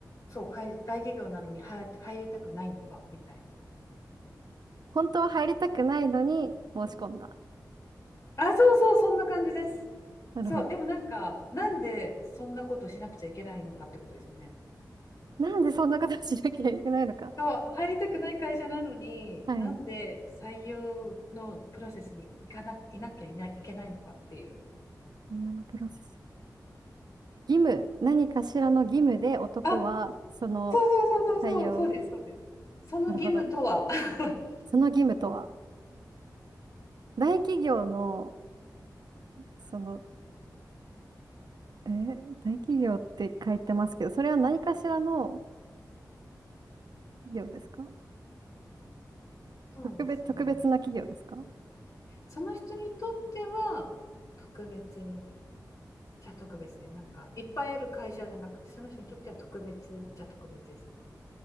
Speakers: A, on the left; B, on the right.
A: そう、い大企業なのに入入りたくないのかみたいな。
B: 本当は入りたくないのに申し込んだ。
A: あ、そうそう、そんな感じです。
B: なるほど。
A: そう、でもなんか、なんでそんなことしなくちゃいけないのかってことですよね。
B: なんでそんなことしなきゃいけないのか。
A: そう、入りたくない会社なのに、
B: はい。
A: なんで採用のプロセスに行かな、いなきゃいない、いけないのかっていう。
B: あのプロセス。義務、何かしらの義務で男は、
A: あ、
B: その
A: そうそうそうそうそう、
B: 採用、
A: そうです、そうです。その義務とは。
B: なるほど。
A: <laughs>
B: その義務とは、大企業の、そのえー大企業って書いてますけど、それは何かしらの企業ですか特別、
A: そうですね。
B: 特別な企業ですか
A: その人にとっては特別じゃ特別ね。なんかいっぱいある会社じゃなくて、その人にとっては特別じゃ特別です。